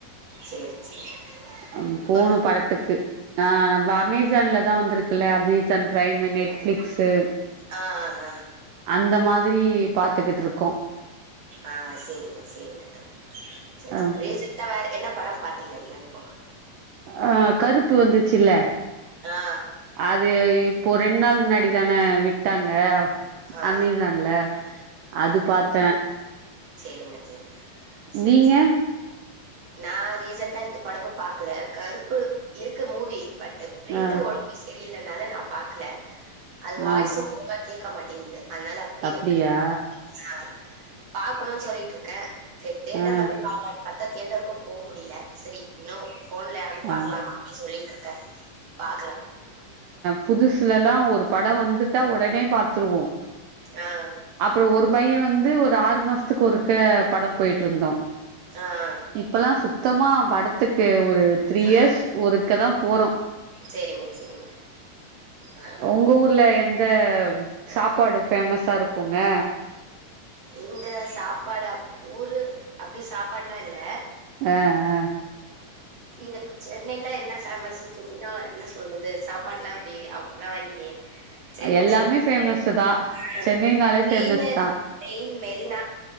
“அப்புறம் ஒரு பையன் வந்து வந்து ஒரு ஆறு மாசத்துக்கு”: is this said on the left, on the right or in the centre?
Right